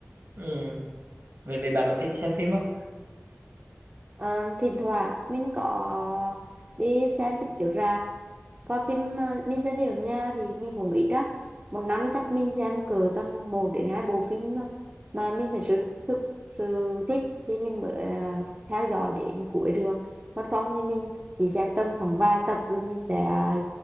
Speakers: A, on the right; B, on the right.
A: ừ. về về bạn có thích xem phim không
B: Ờ, thỉnh thoảng mình có đi xem phim chiếu rạp Còn phim ờ, mình xem phim ở nhà thì mình cũng ít á. Một năm chắc mình xem cỡ tầm một đến 2 bộ phim mà mà mình phải sự thực sự thích thì mình mới ờ, theo dõi đến cuối được. Còn không thì mình chỉ xem tầm khoảng vài tập rồi mình sẽ ờ,